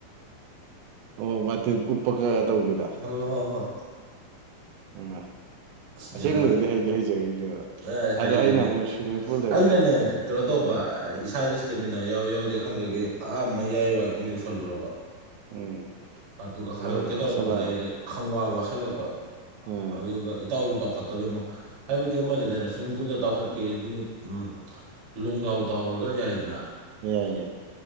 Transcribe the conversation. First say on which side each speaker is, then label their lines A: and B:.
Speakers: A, on the right; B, on the right.
A: ꯑꯣ ꯕꯥꯇꯤꯟ ꯎꯄꯒ ꯇꯧꯕꯤꯗꯣ
B: ꯍꯣ ꯍꯣ ꯍꯣ
A: <unintelligible>
B: ꯑꯁ
A: ꯑꯁꯦꯡꯕꯗꯗꯤ
B: ꯕꯦꯔꯥꯅꯤ
A: ꯍꯩꯗꯤ ꯍꯩꯖꯔꯤꯅꯦꯕ
B: ꯑꯦ ꯍꯩꯔꯤꯅꯦ
A: ꯑꯗꯣ ꯑꯩꯅ ꯑꯃꯨꯛ ꯁ꯭ꯋꯤꯝꯃꯤꯡ ꯄꯨꯜꯗꯗꯤ
B: ꯑꯩꯅꯅꯦ ꯀꯩꯅꯣ ꯇꯧꯕ ꯏꯁꯥꯥꯁꯦ ꯁ꯭ꯇꯦꯃꯤꯅꯥ ꯌꯥꯎꯋꯤ ꯌꯥꯎꯗꯦ ꯈꯪꯗꯒꯩ ꯑꯥ ꯃꯌꯥꯏ ꯋꯥꯏꯕꯣꯛ ꯌꯧꯁꯜꯂꯨꯔꯕ
A: ꯎꯝ
B: ꯑꯗꯨꯒ
A: ꯑꯗꯨ
B: ꯍꯜꯂꯛꯀꯦ
A: ꯋꯥꯠꯁꯜꯂꯕ
B: ꯇꯧꯔꯛꯄꯗ ꯑꯩꯁꯦ ꯈꯪꯋꯥ ꯋꯥꯠꯁꯤꯜꯂꯛꯄ
A: ꯎꯝ
B: ꯑꯗꯨꯒ ꯏꯇꯥꯎꯁꯨ ꯇꯥꯎꯈꯠꯇꯕꯩ ꯃ ꯍꯥꯏꯕꯗꯤ ꯑꯃ ꯂꯩꯗꯥꯌꯅꯦ ꯁ꯭ꯋꯤꯃꯤꯡ ꯄꯨꯜꯗ ꯇꯥꯎꯈꯠꯀꯦꯗꯤ ꯎꯝ ꯂꯣꯡꯗꯥꯎ ꯇꯥꯎꯔꯒ ꯌꯥꯏꯗꯅ
A: ꯌꯥꯏꯌꯦ